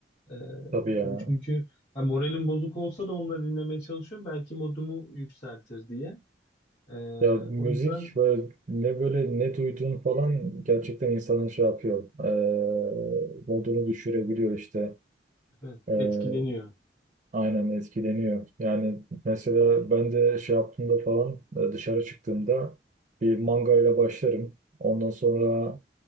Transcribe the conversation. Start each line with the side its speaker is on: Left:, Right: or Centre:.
Left: E,
Right: Tabii ya.
Left: bu çünkü ha, moralim bozuk olsa da onları dinlemeye çalışıyorum. Belki modumu yükseltir diye. E,
Right: Ya müzik
Left: o yüzden
Right: böyle ne böyle ne duyduğun falan gerçekten insanın şey yapıyor. Eee modunu düşürebiliyor işte.
Left: evet,
Right: Eee,
Left: etkileniyor.
Right: aynen etkileniyor. Yani mesela ben de şey yaptığımda falan e, dışarı çıktığımda bir manga ile başlarım. Ondan sonra